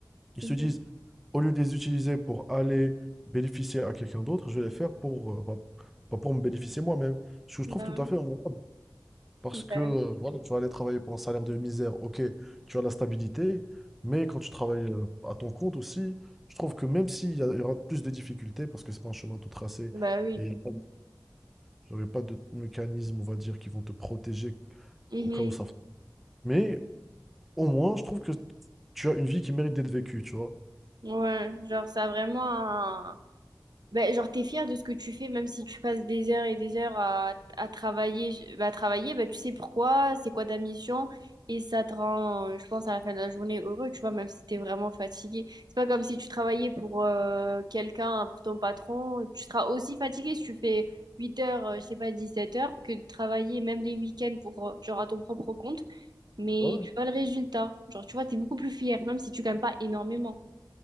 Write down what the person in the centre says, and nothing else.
ils
se disent, au lieu de les utiliser pour aller bénéficier à quelqu'un d'autre, je vais les faire pour, euh, bah, bah, pour me bénéficier moi-même. Ce que je
trouve tout à fait honorable. Parce
que,
euh, voilà, tu vas aller travailler pour un salaire de misère, ok, tu as la stabilité, mais quand tu travailles euh, à ton compte aussi, je trouve que même s'il y, a- il y aura plus de difficultés, parce que c'est pas un chemin tout tracé,
et Genre, pas de mécanismes, on va dire, qui vont te protéger
au cas où ça. Mais au moins, je trouve que tu as une vie qui mérite d'être vécue, tu vois.
Ouais, ouais.